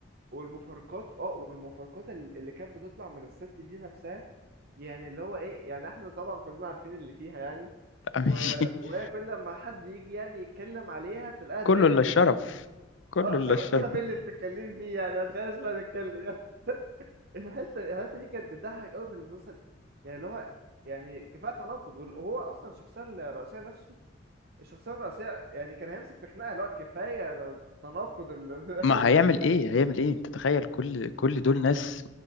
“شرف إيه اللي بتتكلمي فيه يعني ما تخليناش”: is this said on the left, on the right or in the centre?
Right